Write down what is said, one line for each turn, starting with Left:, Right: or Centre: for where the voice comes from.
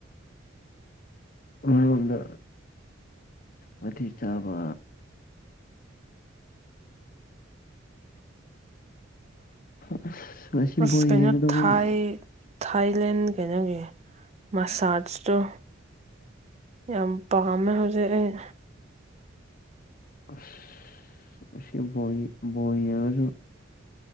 Left: ꯑꯃꯔꯣꯝꯗ ꯋꯥꯊꯤ ꯆꯥꯕ ꯑꯁ ꯉꯁꯤ
Right: ꯑꯁ
Left: ꯕꯣꯜ
Right: ꯀꯩꯅꯣ
Left: ꯌꯦꯡꯒꯗꯧꯕꯣ
Right: ꯊꯥꯏ
Left: ꯃ
Right: ꯊꯥꯏꯂꯦꯟ ꯀꯩꯅꯣꯒꯤ ꯃꯁꯥꯁꯇꯣ ꯌꯥꯝ ꯄꯥꯝꯃꯦ ꯍꯧꯖꯤꯛ ꯑꯩ
Left: ꯑꯁ ꯉꯁꯤ ꯕꯣꯜ ꯕꯣꯜ ꯌꯦꯡꯉꯁꯨ